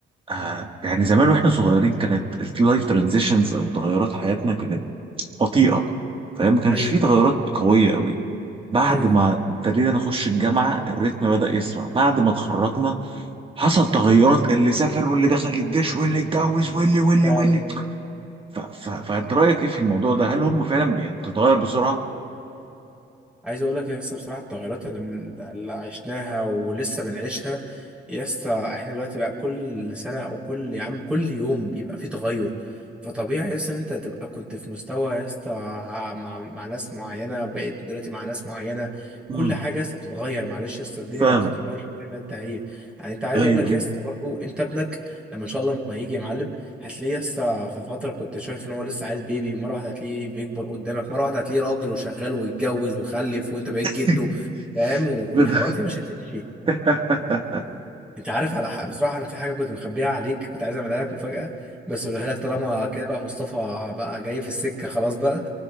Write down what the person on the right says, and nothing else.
آه يعني زمان واحنا صغيرين كانت اللايف ترانزيشنز او تغيرات حياتنا كانت بطيئه فاهم ما كانش
في تغيرات قويه قوي بعد
ما ابتدينا نخش الجامعه الريتم بدا يسرع بعد ما اتخرجنا حصل تغيرات اللي سافر واللي دخل الجيش واللي اتجوز واللي واللي
واللي ف... ف... فانت رايك ايه في الموضوع ده هل هم فعلا بي- يعني بتتغير بسرعه
امم
فاهم
ايوه
ايوه
<laughs>
بت-
<laughs>